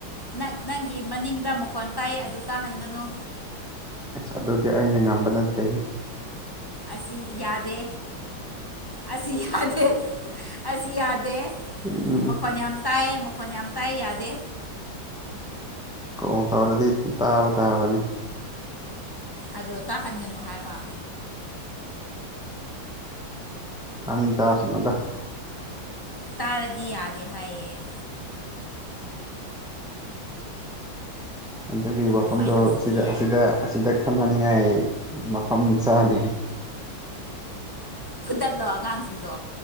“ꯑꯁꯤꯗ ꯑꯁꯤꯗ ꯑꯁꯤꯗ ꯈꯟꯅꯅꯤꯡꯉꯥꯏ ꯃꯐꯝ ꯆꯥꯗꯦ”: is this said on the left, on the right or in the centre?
Centre